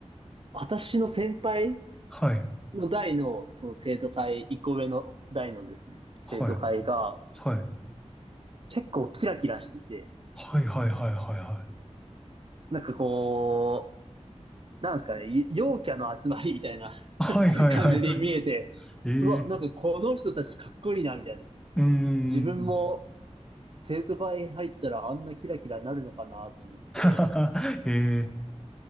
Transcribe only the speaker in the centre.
はい。
はい。はい。
はいはいはいはいはい。
はいはいはいはい。
えー、
うんうんうん。
<laughs> えー、